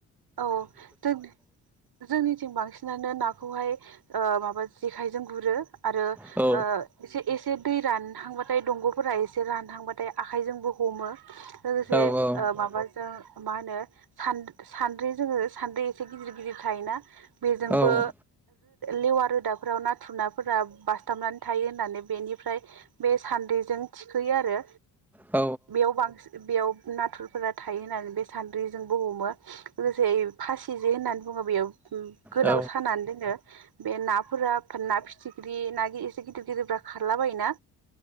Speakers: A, on the right; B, in the centre.
A: औ जों जोंनि बांसिनानो नाखौहाय ओ माबा जेखायजों गुरो। आरो
B: औ
A: ओ एसे ए दै रानहांबाथाय दंग'फोरा एसे रानहांबाथाय आखायजोंबो हमो लोगोसे
B: औ औ
A: ओ माबाजों मा होनो सान सान्द्रि जोङो सान्द्रि एसे गिदिर गिदिर थायोना बेजोंबो
B: औ
A: लेवा रोदाफोर बेयाव नाथुरनाफोरा बासथाबनानै थायो होननानै बेनिफ्राय बे सान्द्रिजों थिखोयो आरो।
B: औ
A: बेयाव बांसिन बेयाव नाथुरफोरा थायो होननानै बे सान्द्रिजोंबो हमो। लोगोसे फासि जे होननानै बुङो बेयो गोलाव
B: औ
A: सानानै दोनो बे नाफोर ना फिथिख्रि ना गिर एसे गिदिर गिदिरफ्रा खारला बायोना